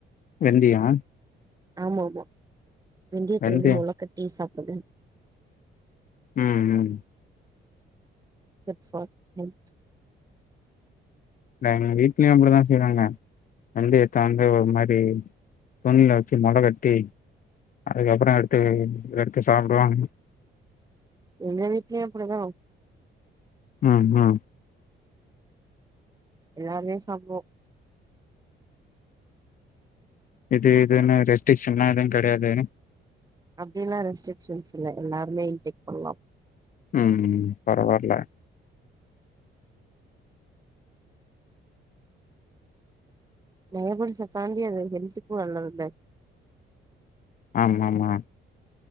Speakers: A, on the left; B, on the right.
A: வெந்தியோ
B: ஆமா ஆமா வெந்தயத்த
A: வெந்தயோ
B: வந்து மொள கட்டி சாப்புடுங்க
A: ம் ம்
B: குட் ஃபார் ஹெல்த்
A: இல்ல எங்க வீட்லயு அப்டிதா செய்றாங்க வெந்தயாத்த தாந்து ஒரு மாரி தண்ணில வச்சு மொள கட்டி அதுக்கப்பறோ எடுத்து எடுத்து சாப்படுவாங்க
B: எங்க வீட்லயு அப்டிதா
A: நான் நான்
B: எல்லாருமே சாப்டுவோ
A: இது இது என்ன ரெஸ்ட்ரிக்ஷன் ஏதும் கடயாது
B: அப்டிலா ரெஸ்ட்ரிக்ஷன்ஸ் இல்ல எல்லாருமே இன்டெக் பண்ணலா
A: ம் பரவாயில்ல
B: டயாபடிட்ச தாண்டி அது ஹெல்த்துக்கு நல்லதுல்ல
A: ஆமா மா